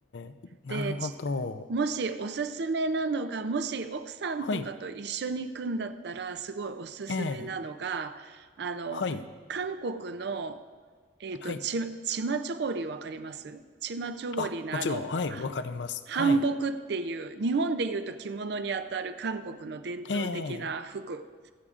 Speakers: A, on the left; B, on the right.
A: え、なるほど。
B: で、ちもしおすすめなのが、もし奥さんとかと一緒に行くんだったら、
A: はい。
B: すごいおすすめなのが、
A: ええ、
B: あの、
A: はい。
B: 韓国の、えっと、
A: はい。
B: チチマチョゴリわかりますチマチョゴリのあの、
A: あ、もちろん。はい。わかります。
B: 韓服っていう、
A: はい。
B: 日本で言うと着物にあたる韓国の伝統的な服。
A: ええ、